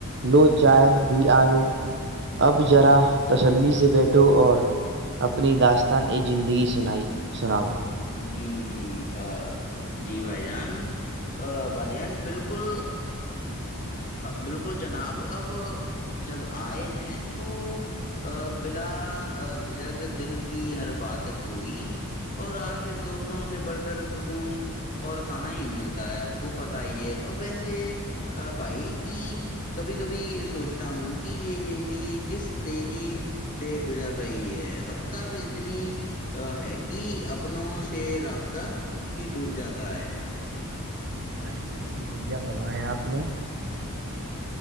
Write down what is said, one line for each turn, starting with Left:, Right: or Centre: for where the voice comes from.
Right: لو چائے بھی آ گئی اب ذرا تسلی سے بیٹھو اور اپنی داستان یہ زندگ سنائی سناؤ
Left: جی جی جی بھائی جان ا بھائی جان بالکل بالکل جناب اب جب آئے ہیں تو ا بلا جھجک دل کی ہر بات ہوئی اور آگے پھر دوستوں سے بڑھ کر سکون اور کہاں ہی ملتا ہے آپ کو پتا ہی ہے اور ویسے بھائی کی کبھی کبھی سوچتا ہوں کہ یہ زندگی کس تیزی سے گزر رہی ہے رفتار اتنی ہے کہ اب اپنوں سے رابطہ ہی ٹوٹ جاتا ہے
Right: یہ رھی گڑیا فرمایا آپ نے